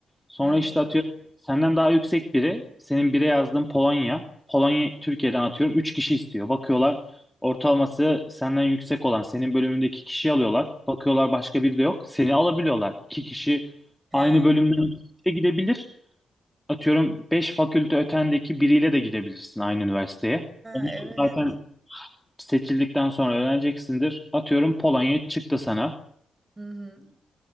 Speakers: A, in the centre; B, on the right.
A: Sonra
B: Hı hı.
A: işte atıyorum senden daha yüksek biri, senin bire yazdığın Polonya, Polonya Türkiye'den atıyorum üç kişi istiyor. Bakıyorlar ortalaması senden yüksek olan senin bölümündeki kişiyi alıyorlar. Bakıyorlar başka biri de yok, seni alabiliyorlar. İki kişi
B: He.
A: aynı
B: Ha
A: bölümden ikisi de gidebilir. Atıyorum beş fakülte ötendeki biriyle de gidebilirsin aynı üniversiteye. Onu
B: evet.
A: zaten seçildikten sonra öğreneceksindir. Atıyorum Polonya çıktı sana.
B: Hı hı.